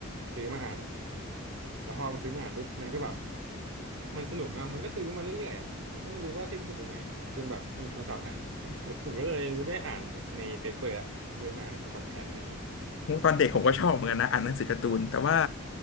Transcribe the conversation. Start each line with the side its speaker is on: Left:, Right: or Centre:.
Right: ซื้อมาอ่านแล้วพอมาซื้อมาอ่านปุ๊บมันก็แบบมันสนุกเนอะมันก็ซื้อมาเรื่อยๆอะมันก็ไม่รู้ว่าสิ้นสุดตรงไหนจนแบบมีโทรศัพท์อะ <laughs> ผมก็เลยไม่ได้อ่านแบบในเปเปอร์ละเลยมาอ่านในโทรศัพท์แทนอะไรอย่างงี้
Left: โอ้ตอนเด็กผมก็ชอบเหมือนกันนะอ่านหนังสือการ์ตูนแต่ว่า
Right: อืม